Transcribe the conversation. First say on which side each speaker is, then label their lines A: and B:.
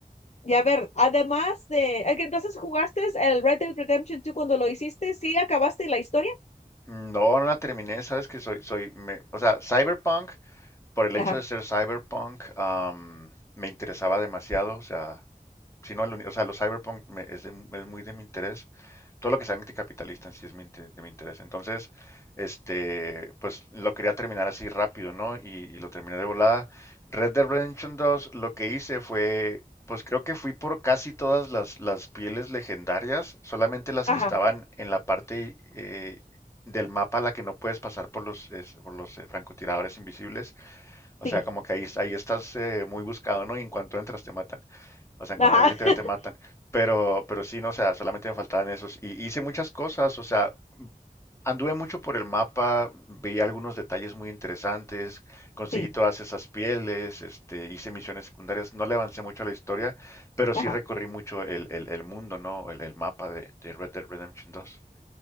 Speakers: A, on the left; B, on the left.
A: Y a ver, además de, eh, entonces jugaste el Red Dead Redemption 2 cuando lo hiciste, ¿sí acabaste la historia?
B: Mm, No, no la terminé, sabes que soy, soy, me- o sea, Cyberpunk, por el
A: Ajá,
B: hecho de ser Cyberpunk, am, me interesaba demasiado, o sea, si no, el uni- o sea, los Cyberpunk me- es, de- es muy de mi interés, todo lo que sea anticapitalista en sí es mi, inte- de mi interés. Entonces, este, pues lo quería terminar así rápido, ¿no? Y, y lo terminé de volada. Red Dead Redemption 2, lo que hice fue, pues creo que fui por casi todas las, las pieles legendarias, solamente las
A: ajá,
B: que estaban en la parte eh, del mapa a la que no puedes pasar por los, es- por los eh, francotiradores invisibles. O
A: sí.
B: sea, como que ahí, ahí estás eh, muy buscado, ¿no? Y en cuanto entras te matan. O sea, en
A: Ajá.
B: cuanto alguien te ve
A: <laughs>
B: te matan. Pero, pero sí, no, o sea, solamente me faltaban esos. Y hice muchas cosas, o sea, anduve mucho por el mapa, veía algunos detalles muy interesantes, conseguí
A: Sí,
B: todas esas pieles, este, hice misiones secundarias. No le avancé mucho a la historia, pero sí
A: ajá.
B: recorrí mucho el, el, el mundo, ¿no? El, el mapa de, de Red Dead Redemption 2.